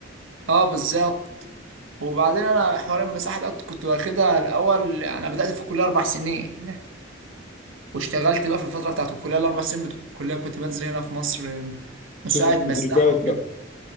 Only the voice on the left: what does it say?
بتدرب
تدريبات
بقى